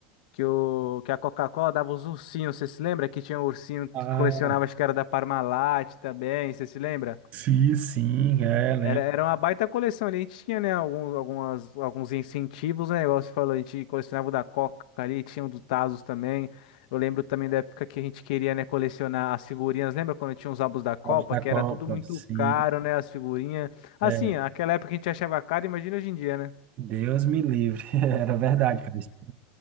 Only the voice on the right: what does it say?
Ah,
sim, sim, é, lembro.
Ovos da
Copa,
sim.
É,
Deus me livre. <laughs> Era verdade, cara. Esse,